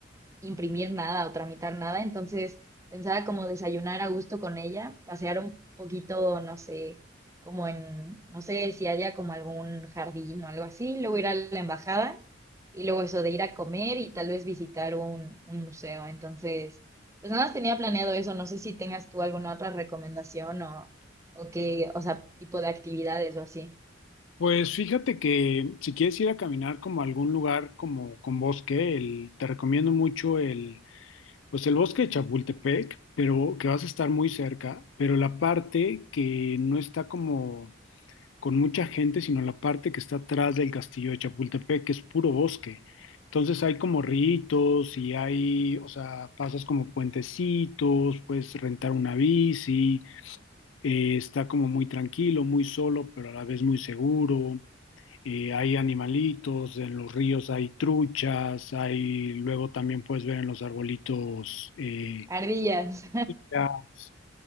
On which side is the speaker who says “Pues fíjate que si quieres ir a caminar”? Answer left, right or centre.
Left